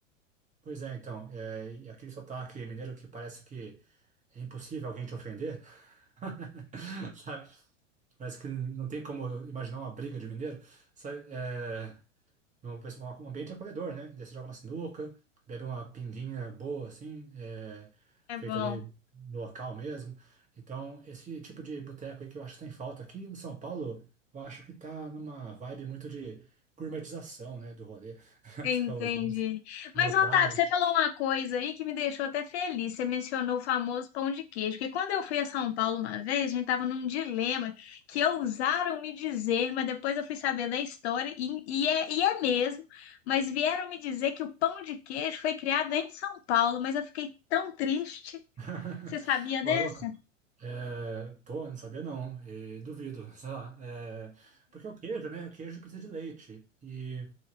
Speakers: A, on the right; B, on the left.
A: Pois é, então, é, e aquele sotaque mineiro que parece que é impossível alguém te ofender, <laughs> sabe? Parece que não tem como imaginar uma briga de mineiro, sabe? É, um pessoal- um ambiente é acolhedor, né? Daí você joga uma sinuca, bebe uma pinguinha boa, assim, é,
B: É
A: feita
B: bom,
A: ali no local mesmo. Então, esse tipo de boteco aí que eu acho que tem falta aqui em São Paulo, eu acho que tá numa vibe muito de gourmetização, né, do rolê. <laughs>
B: entendi.
A: Acho que é os meus- meio
B: Mas, Otávio,
A: caro,
B: você falou uma coisa aí que me deixou até feliz. Você mencionou o famoso pão de queijo, porque quando eu fui a São Paulo uma vez, a gente estava num dilema que ousaram me dizer, mas depois eu fui saber da história, e, e é, e é mesmo, mas vieram me dizer que o pão de queijo foi criado em São Paulo, mas eu fiquei tão triste.
A: <laughs>
B: Você sabia
A: Ô,
B: dessa?
A: louco. É, pô, não sabia não, e duvido, sei lá. É, porque o queijo, né? O queijo precisa de leite. E